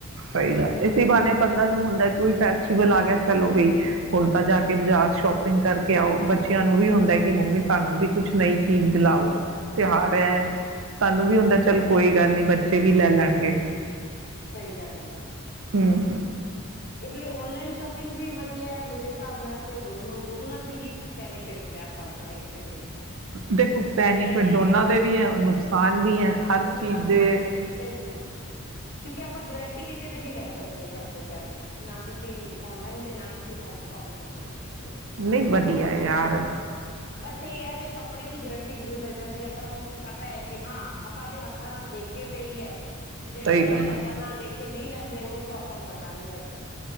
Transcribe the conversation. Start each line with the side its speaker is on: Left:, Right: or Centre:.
Right: ਸਹੀ ਗੱਲ ਇਸੀ ਬਹਾਣੇ ਬੰਦਾ ਨੂੰ ਹੁੰਦਾ ਕੋਈ ਫੈਸਟੀਵਲ ਆ ਗਿਆ, ਚਲੋ ਵੀ ਹੁਣ ਤਾਂ ਜਾ ਕੇ ਬਾਜ਼ਾਰ ਸ਼ੋਪ- ਪਿੰਗ ਕਰਕੇ ਆਓ ਬੱਚਿਆਂ ਨੂੰ ਵੀ ਹੁੰਦਾ ਕਿ ਮੰਮੀ ਸਾਨੂੰ ਵੀ ਕੁਛ ਨਈ ਚੀਜ਼ ਦਿਲਾਓ ਤਿਉਹਾਰ ਹੈ
Left: ਸਹੀ
Right: ਸਾਨੂੰ ਵੀ ਹੁੰਦਾ ਚੱਲ ਕੋਈ ਗੱਲ ਬੱਚੇ ਵੀ ਲੈ ਲੈਣਗੇ।
Left: <inaudible> ਸਹੀ ਗੱਲ ਏ।
Right: ਹੂੰ।
Left: ਇਸ ਲਈ ਔਨਲਾਈਨ ਸ਼ੋਪਿੰਗ ਵੀ ਵਧੀਆ ਹੈ ਮੇਰੇ ਹਿਸਾਬ ਨਾਲ ਤੇ ਦੋਨੋਂ ਦੋਨਾਂ ਦੀ ਹੀ ਬੈਨੀਫਿਟਸ ਆਪਾਂ ਨੂੰ ਲਾਈਫ ਦੇ ਵਿੱਚ
Right: ਦੇਖੋ
Left: ਪਰ
Right: ਬੈਨੀਫਿਟ
Left: ਇਹ ਹੈ
Right: ਦੋਨਾਂ ਦੇ ਵੀ ਹੈ, ਨੁਕਸਾਨ ਵੀ ਹੈ, ਹਰ
Left: ਨੁਕਸਾਨ
Right: ਚੀਜ਼ ਦੇ-
Left: ਵੀ ਬਿਲਕੁਲ ਕਿਉਂਕਿ ਆਪਾਂ ਗਰੰਟੀ ਕਿਸੇ ਦੀ ਨਹੀਂ ਲੈ ਅੱਗੇ ਕਹਿਣ- ਨਾ ਤੁਸੀਂ ਔਨਲਾਈਨ ਤੇ ਨਾ ਤੁਸੀਂ ਉਫਲਾਈਨ ਚ ਲੈ ਕਿ
Right: ਨਹੀਂ
Left: ਸਾਨੂੰ
Right: ਵਧੀਆ
Left: ਉਥੋਂ
Right: ਯਾਰ
Left: ਜ਼ਿਆਦਾ ਹਾਂ- ਬਸ ਇਹ ਹੈ ਕਿ ਕੱਪੜੇ ਦੀ ਗਰੰਟੀ ਜ਼ਰੂਰ ਮਿਲ- ਜਾਂਦੀ ਆਪਾਂ ਨੂੰ ਕੀ ਪਤਾ ਏ ਤੇ ਹਾਂ ਆਪਾਂ ਆਪਦੇ ਹੱਥਾਂ ਨਾਲ ਦੇਖ ਕੇ ਲਈਏ ਜਿਹੜਾ
Right: ਸਹੀ
Left: ਆਪਾਂ ਚੀਜ਼
Right: ਗੱਲ ਹੈ।
Left: ਹੱਥਾਂ ਨਾਲ ਦੇਖ ਕੇ ਨਹੀਂ ਲੈਂਦੇ ਉਹ ਓ ਆਪਾਂ ਨੂੰ ਪਤਾ ਨੀ- ਚਲਦਾ-